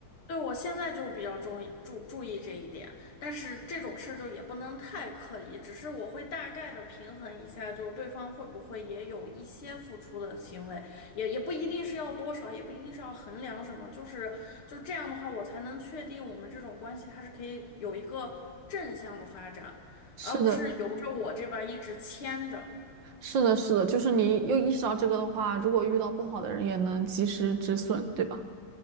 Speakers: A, on the left; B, on the right.
A: 对，我现在就是比较注意注注意这一点，但是这种事就也不能太刻意，只是我会大概的平衡一下，就是对方会不会也有一些付出的行为，也也不一定是要多少，也不一定是要衡量什么，就是就是这样的话，我才能确定我们这种关系它是可以有一个正向的发展，
B: 是的，
A: 而不是由着我这边儿一直牵着。
B: 是的，是的，就是你又意识到这个的话，如果遇到不好的人，也能及时止损，对吧？